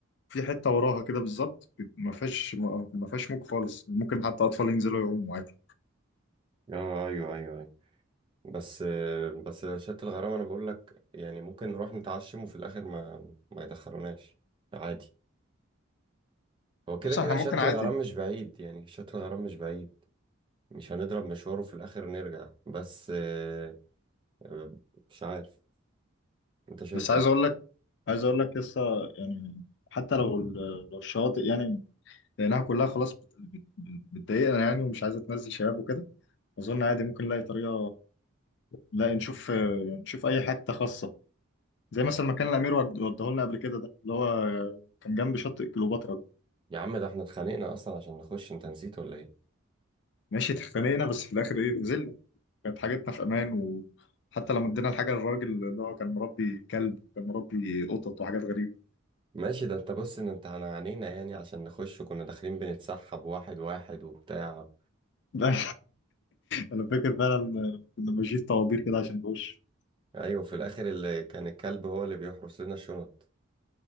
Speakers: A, on the left; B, on the right.
A: في حتة وراها كده بالظبط ما فيهاش ما ما فيهاش موج خالص ممكن حتى أطفال ينزلوا يعوموا عادي
B: اه أيوه أيوه أيوه بس آه، بس شاطئ الغرام أنا بقول لك يعني ممكن نروح نتعشم وفي الآخر ما ما يدخلوناش عادي هو كده
A: بس
B: كده
A: احنا ممكن
B: شاطئ
A: عادي
B: الغرام مش بعيد يعني شاطئ الغرام مش بعيد مش هنضرب مشواره في الآخر نرجع بس آه، آه، مش عارف انت شايف
A: بس عايز
B: ايه
A: أقول لك عايز أقول لك لسه يعني حتى لو ال- لو الشواطئ يعني لأنها كلها خلاص بت- بت- بتضايقنا يعني ومش عايزة تنزل شباب وكده أظن عادي ممكن نلاقي طريقة لا نشوف نشوف أي حتة خاصة زي مثلا ما كان الامير ود- وداه لنا قبل كده ده اللي هو كان جنب شاطئ كليوباترا ده
B: يا عم ده احنا اتخانقنا اصلا عشان نخش انت نسيت ولا ايه
A: ماشي اتخانقنا بس في الاخر ايه نزلنا كانت حاجتنا في امان وحتى لما ادينا الحاجه للراجل اللي هو كان مربي كلب وكان مربي قطط وحاجات غريبه
B: ماشي ده انت بص ان انت انا عانينا يعني عشان نخش وكنا داخلين بنتسحب واحد واحد وبتاع
A: <laughs> لا انا فاكر فعلا كنا ماشيين طوابير كده عشان نخش
B: ايوه في الاخر اللي كان الكلب هو اللي بيحرس لنا الشنط